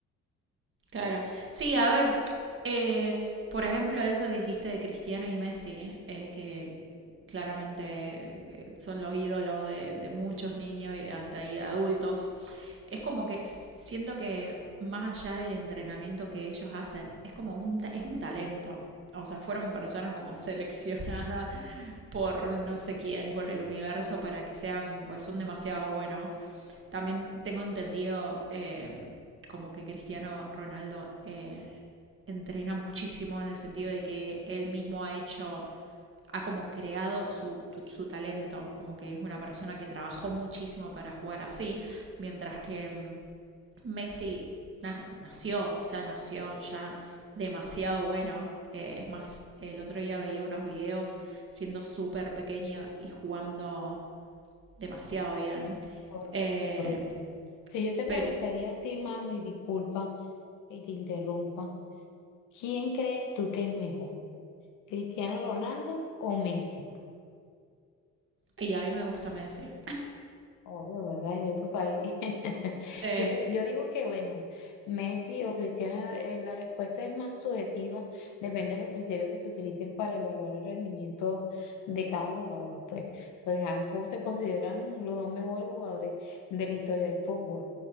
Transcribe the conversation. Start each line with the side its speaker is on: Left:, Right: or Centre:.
Right: claro. Sí, a ver, eh, por ejemplo, eso que dijiste de Cristiano y Messi, eh, que claramente eh, son los ídolos de, de muchos niños y de hasta y de adultos. Es como que siento que más allá del entrenamiento que ellos hacen, es como un, ta- es un talento. O sea, fueron personas como seleccionadas por no sé quién, por el universo, para que sean, pues son demasiado buenos. También tengo entendido eh, como que Cristiano Ronaldo eh, entrena muchísimo en el sentido de que él mismo ha hecho, ha como creado su, tu- su talento, como que es una persona que trabajó muchísimo para jugar así, mientras que mm, Messi na nació, o sea, nació ya demasiado bueno. Eh, es más, el otro día veía unos videos siendo súper pequeño y jugando demasiado bien.
Left: Correcto,
Right: Eh,
Left: correcto. Si yo te preguntaría
Right: pero,
Left: a ti, Manu, y disculpa que te interrumpa, ¿quién crees tú que es mejor? ¿Cristiano Ronaldo o Messi?
Right: y a mí me gusta Messi.
Left: Obvio, ¿verdad? Es de tu país. <laughs>
Right: Sí,
Left: Yo, pre- yo digo que, bueno, Messi o Cristiano, eh, la respuesta es más subjetiva, depende de los criterios que se utilicen para evaluar el rendimiento de cada jugador, pues. Pues ambos se consideran los dos mejores jugadores de la historia del fútbol,